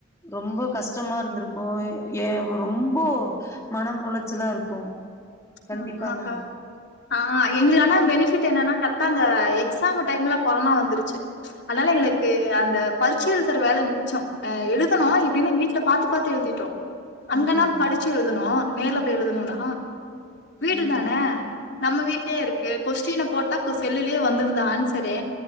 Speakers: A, on the left; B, on the left.
A: ரொம்ப கஷ் கஷ்டமா இருந்திருக்கு ஏ ரொம்ப மனம் உளச்சலா இருக்கு கண்டிப்பாங்க
B: ஆ ஆமாக்கா ஆ எங்களுக்கு ஆனா பெனிஃபிட் என்னன்னா கரெக்டா அந்த எக்ஸாமு டைம்ல கொரோனா வந்துருச்சு அதனால எங்களுக்கு அந்த பரிச்ச எழுத்துற வேல மிச்ச அ எழுதுனோ எப்டினா வீட்ல பாத்து பாத்து எழுதி அங்கனா
A: ம்
B: படிச்சு எழுதுனோ நேர்ல போய் எழுதனுனா வீடு
A: ம்
B: தானே நம்ம வீட்லே இருக்கு கொஸ்டின போட்டா இப்ப செல்லுலே வந்துருது ஆன்சரே